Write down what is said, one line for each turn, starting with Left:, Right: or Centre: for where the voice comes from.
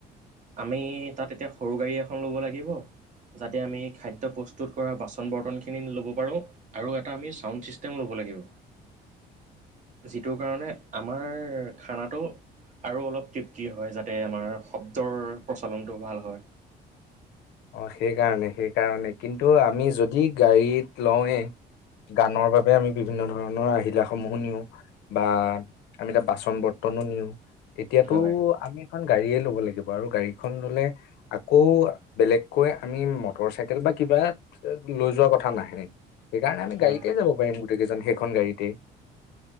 Right: আমি তাত এতিয়া সৰু গাড়ী এখন ল'ব লাগিব যাতে আমি খাদ্য প্ৰস্তুত কৰা বাচন বৰ্তনখিনি ল'ব পাৰোঁ আৰু এটা আমি চাউণ্ড ছিষ্টেম ল'ব লাগিব। যিটোৰ কাৰণে আমাৰ খানাটো আৰু অলপ তৃপ্তি হয় যাতে আমাৰ শব্দ ৰ প্ৰচলনটো ভাল হয়।
Left: অ সেইকাৰনে সেইকাৰনে কিন্তু আমি যদি গাড়ীত লওঁয়ে গানৰ বাবে আমি বিভিন্ন ধৰণৰ আহিলা সমূহো নিওঁ বা আমি তাত বাচন-বৰ্তনো নিওঁ। তেতিয়াতো
Right: হয়
Left: আমি খন গাড়িয়ে ল'ব লাগিব আৰু গাড়ীখন ল'লে আকৌ বেলেগকৈ আমি মটৰ চাইকেল বা কিবা লৈ যোৱা কথা নাহে। সেইকাৰণে আমি
Right: হয়
Left: গাড়ীতে যাব পাৰিম গোটেই কেইজন সেইখন গাড়ীতেই।